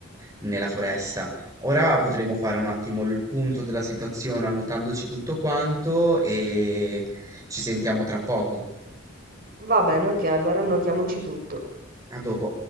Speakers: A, on the right; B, on the right.
A: nella foresta. Ora potremo fare un attimo il punto della situazione annotandoci tutto quanto e ci sentiamo tra poco.
B: Va bene, ok, allora annotiamoci tutto.
A: A dopo.